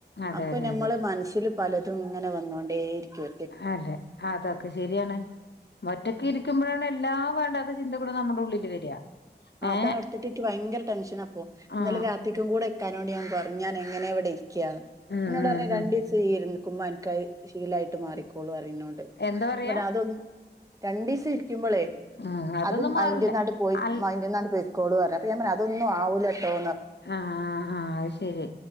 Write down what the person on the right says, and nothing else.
അപ്പൊ
നമ്മള്
മനസ്സിൽ പലതും ഇങ്ങനെ വന്നോണ്ടേയിരിക്കുവ
അതോർത്തിട്ട്
എനിക്ക് ഭയങ്കര ടെൻഷനാപ്പോ ഇന്നലെ
രാത്രിക്കും കൂടെ ഇക്കാനോട് ഞാൻ പറഞ്ഞു ഞാൻ എങ്ങനെ ഇവിടെ ഇരിക്കാന്ന്
ഇന്നോട്ർഞ്ഞു
രണ്ടിസം
<unintelligible> അ നക്ക് ശീലായിട്ട് മാറിക്കോളുറിംന്നോട്
<unintelligible> രണ്ടിസം ഇരിക്കുമ്പളേ
അത് മയിന്റെ
ന്നാട്പോയി
മൈൻഡ് ന്നാണ്ട് പൊയ്ക്കോളുംർഞ് അപ്പ ഞൻ പറഞ് അതൊന്നും ആകൂലട്ടോ